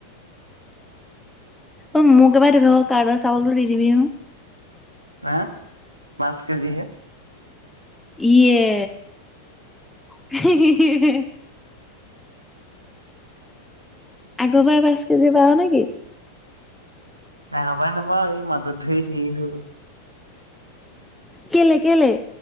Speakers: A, in the centre; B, on the right.
A: অ' মোক এবাৰ দিব কাডৰ চাউলো দি দিবিহোন।
B: হা, পাঁচ কেজি হে।
A: ইয়ে <unintelligible> আগৰ পৰাাই পাঁচ কেজি পাওঁ নেকি?
B: তাই <unintelligible> নাপাওঁ এই মাজত ধুই সেই হ'ল
A: কেলে, কেলে।